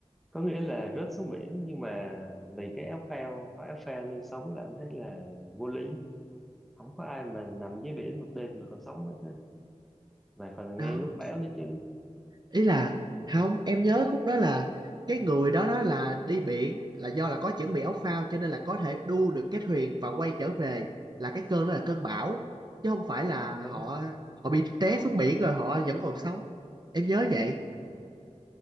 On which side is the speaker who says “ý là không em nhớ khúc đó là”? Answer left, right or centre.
Right